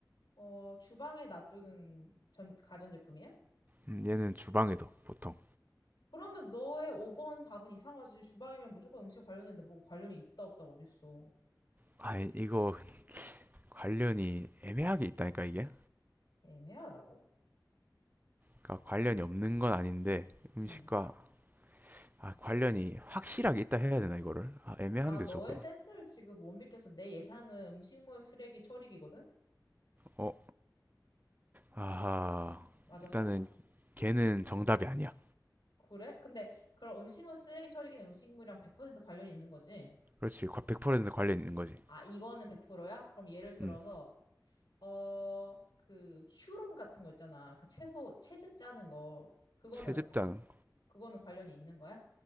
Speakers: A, on the left (about 85°); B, on the right (about 25°).
A: 어, 주방에 놔두는 전, 가전제품이야?
B: 음, 얘는 주방에도 보통.
A: 그러면 너의 5번 답은 이상하지. 주방이면 무조건 음식 관련했는데 뭐 관련이 있다 없다 어딨어.
B: 아, 이- 거 관련이 애매하게 있다니까 이게.
A: 애매하다고?
B: 그러니까 관련이 없는 건 아닌데 음식과
A: 응.
B: 아, 관련이 확실하게 있다 해야 되나 이거를? 아, 애매한데
A: 나 너의
B: 조금.
A: 센스를 지금 못 믿겠어. 내 예상은 음식물 쓰레기 처리기거든?
B: 어, 아하.
A: 맞았어?
B: 일단은 걔는 정답이 아니야.
A: 그래? 근데 그럼 음식물 쓰레기 처리기는 음식물이랑 100% 관련이 있는 거지?
B: 그렇지. 100% 관련 있는 거지.
A: 아, 이거는 100%야? 그럼 예를 들어서
B: 음.
A: 어, 그 휴롬 같은 거 있잖아. 그 채소 채즙 짜는 거. 그거는
B: 채집장.
A: 과- 그거는 관련이 있는 거야?